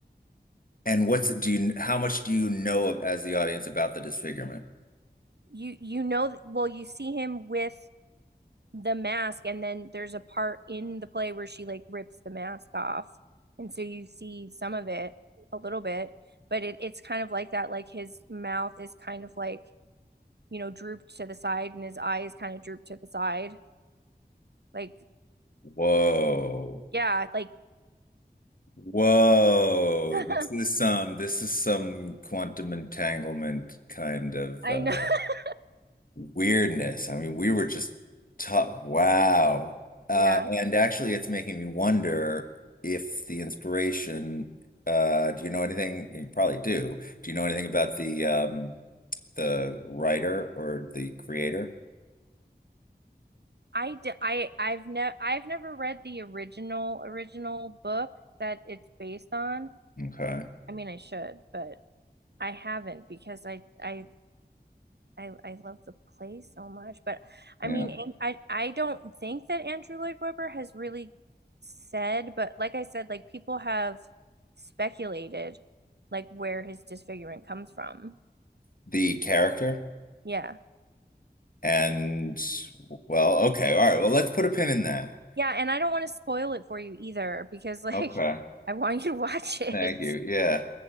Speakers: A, on the left (about 55°); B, on the right (about 75°).
A: And what's it, do you, how much do you know of, as the audience about the disfigurement?
B: you you know well you see him with the mask and then there's a part in the play where she like rips the mask off and so you see some of it a little bit but it, it's kind of like that like his mouth is kind of like you know drooped to the side and his eyes kind of drooped to the side Like,
A: Whoa.
B: yeah, like
A: Whoa.
B: <laughs>
A: This is some, this is some quantum entanglement kind of
B: I
A: uh,
B: know. <laughs>
A: weirdness. I mean, we were just taught, wow. Uh,
B: Yeah.
A: and actually, it's making me wonder if the inspiration, uh, do you know anything? You probably do. Do you know anything about the um, the writer or the creator?
B: I d I I've never I've never read the original original book that it's based on.
A: Okay.
B: I mean, I should, but I haven't because I I I, I love the play so much. But I
A: Yeah.
B: mean, and I I don't think that Andrew Lloyd Webber has really said, but like I said, like people have speculated like where his disfigurement comes from.
A: the character.
B: Yeah.
A: And well, okay, all right. Well, let's put a pin in that.
B: Yeah, and I don't want to spoil it for you either because like
A: Okay.
B: <laughs> I want you to watch it.
A: Thank you. Yeah.
B: <laughs>